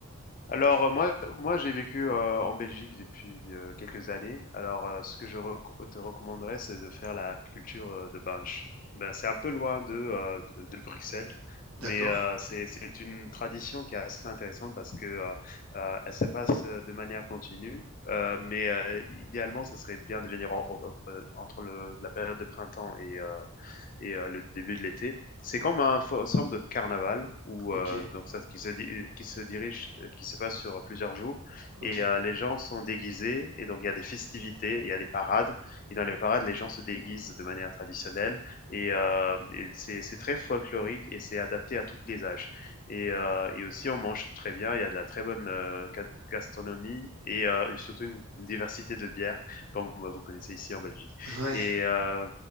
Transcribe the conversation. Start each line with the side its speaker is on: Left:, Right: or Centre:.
Left: Alors,
Right: que je-
Left: heu, moi moi j'ai vécu, heu, en Belgique depuis, heu, quelques années. Alors, heu, ce que je reco te recommanderais, c'est de faire la culture, heu, de Binche. Ben, c'est un peu loin de, heu, de de Bruxelles, mais,
Right: D'accord.
Left: heu, c'est c'est une tradition qui est assez intéressante parce que, heu heu, elle se passe, heu, de manière continue, heu, mais, heu, idéalement, ça serait bien de venir en en, heu, entre le la période de printemps et heu et euh, le début de l'été. C'est
Right: O-
Left: comme un forme de carnaval où
Right: Ok,
Left: euh, donc ça qui se di qui se dirige euh, qui se passe sur plusieurs jours
Right: ok.
Left: et euh, les gens sont déguisés et donc il y a des festivités, il y a des parades et dans les parades les gens se déguisent de manière traditionnelle et, euh, et c'est c'est très folklorique et c'est adapté à tous les âges. Et, euh, et aussi on mange très bien, il y a de la très bonne euh, ga- gastronomie et, euh, et surtout une, une, diversité de bières comme vous connaissez ici en Belgique.
Right: <laughs> Ouais.
Left: Et euh,